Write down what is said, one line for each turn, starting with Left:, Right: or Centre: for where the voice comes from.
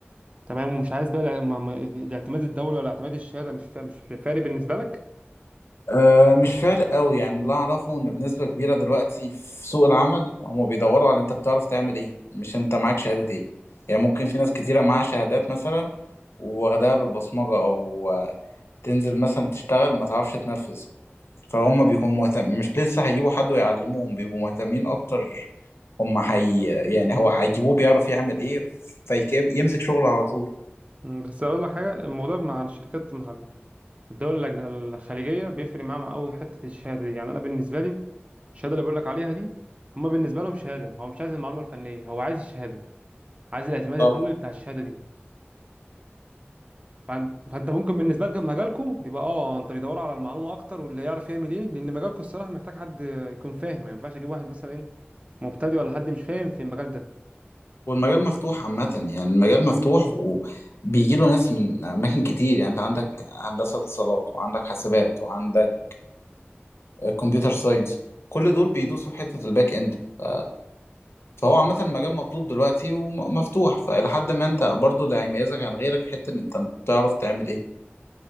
Right: تمام ومش عايز بقى الع- ما- ما- الاعتماد الدولي ولا اعتماد الشهاده مش فا... مش فارق بالنسبه لك
Left: أه مش فارق قوي يعني اللي اعرفه ان بنسبه كبيره دلوقتي في سوق العمل هم بيدوروا على انت بتعرف تعمل ايه مش انت معاك شهاده ايه يعني ممكن في ناس كتيره معاها شهادات مثلا واخدها بالبصمجه او آه، تنزل مثلا تشتغل ما تعرفش تنفذ فهم بيكونوا مهتم مش لسه هيجيبوا حد ويعلموهم بيبقوا مهتمين اكتر هم حي يعني هو هيجيبوه بيعرف يعمل ايه فيمسك شغل على طول
Right: مم، بس اقول لك حاجه الموضوع مع الشركات مع الدول الأجن- الخليجيه بيفرق معاهم قوي حته الشهاده دي يعني انا بالنسبه لي الشهاده اللي بقول لك عليها دي هما بالنسبه لهم شهاده هو مش عايز المعلومه الفنيه هو عايز الشهاده عايز الاعتماد
Left: اه
Right: الدولي بتاع الشهاده دي فعن- فانت ممكن بالنسبه لك مجالكم يبقى اه انت بيدوروا على المعلومه اكتر واللي يعرف يعمل ايه لان مجالكم الصراحه محتاج حد يكون فاهم ما ينفعش اجيب واحد مثلا ايه مبتدئ ولا حد مش فاهم في المجال ده
Left: والمجال مفتوح عامة يعني المجال مفتوح وبيجي له ناس من أماكن كتير يعني أنت عندك هندسة اتصالات وعندك حاسبات وعندك كمبيوتر ساينس كل دول بيدوسوا في حتة الباك إند ف... فهو عامة المجال مطلوب دلوقتي ومفتوح فإلى حد ما أنت برضو اللي هيميزك عن غيرك حتة إن أنت بتعرف تعمل إيه